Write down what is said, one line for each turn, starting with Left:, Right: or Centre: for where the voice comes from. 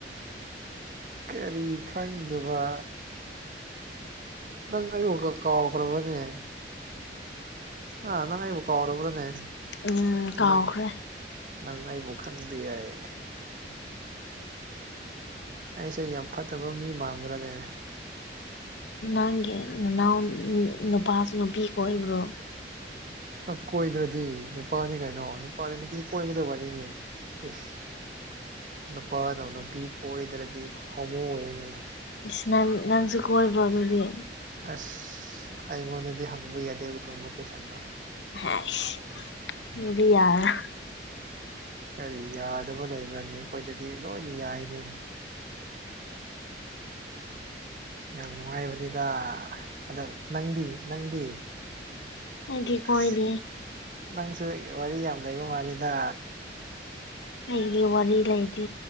Right: ꯀꯔꯤ ꯈꯪꯗꯕ ꯅꯪ ꯑꯩ ꯋꯥꯈꯜ ꯀꯥꯎꯈ꯭ꯔꯕꯅꯦ ꯍꯥ ꯅꯪ ꯑꯩꯕꯨ ꯀꯥꯎꯔꯕꯅꯦ
Left: ꯎꯝ ꯀꯥꯎꯈ꯭ꯔꯦ
Right: ꯅꯪ ꯅꯪ ꯑꯩꯕꯨ ꯈꯪꯗꯤ ꯌꯥꯥꯏꯌꯦ ꯑꯩꯁꯦ ꯌꯥꯝ ꯐꯠꯇꯕ ꯃꯤ ꯃꯥꯟꯕ꯭ꯔꯅꯦ
Left: ꯅꯪꯒꯤ ꯅꯅꯥꯎ ꯅꯨꯄꯥꯁꯨ ꯅꯨꯄꯤ ꯀꯣꯏꯕ꯭ꯔꯣ
Right: ꯑꯩ ꯀꯣꯏꯗ꯭ꯔꯗꯤ ꯅꯨꯄꯥꯅꯤ ꯀꯩꯅꯣ ꯅꯨꯄꯥꯗꯤ ꯅꯨꯄꯤ ꯀꯣꯏꯒꯗꯕꯅꯤꯅꯦ ꯏꯁ ꯅꯨꯄꯥꯅꯕꯨ ꯅꯨꯄꯤ ꯀꯣꯏꯗ꯭ꯔꯗꯤ ꯍꯣꯃꯣ ꯑꯣꯏꯌꯦꯅꯦ
Left: ꯏꯁ ꯅꯪ ꯅꯪꯖꯨ ꯀꯣꯏꯕ꯭ꯔꯣ ꯑꯗꯨꯗꯤ
Right: ꯑꯁ ꯑꯩꯉꯣꯟꯗꯗꯤ ꯍꯪꯕ ꯌꯥꯗꯦ ꯑꯗꯨꯒꯨꯝꯕ ꯀꯣꯏꯁꯟꯗꯣ
Left: ꯍꯩꯁ ꯑꯗꯨꯗꯤ ꯌꯥꯔꯣꯏ
Right: ꯀꯔꯤ ꯌꯥꯗꯕ ꯂꯩꯕ꯭ꯔꯅꯦ ꯑꯩꯈꯣꯏꯗꯗꯤ ꯂꯣꯏꯅ ꯌꯥꯌꯦꯅꯦ ꯌꯥꯝ ꯅꯨꯡꯉꯥꯏꯕꯅꯤꯗ ꯑꯗꯥ ꯅꯪꯗꯤ ꯅꯪꯗꯤ
Left: ꯑꯩꯗꯤ ꯀꯣꯏꯗꯦ
Right: ꯑꯁ ꯅꯪꯁꯨ ꯋꯥꯔꯤ ꯌꯥꯝ ꯂꯩꯕ ꯃꯥꯜꯂꯤꯗ
Left: ꯑꯩꯒꯤꯗꯤ ꯋꯥꯔꯤ ꯂꯩꯇꯦ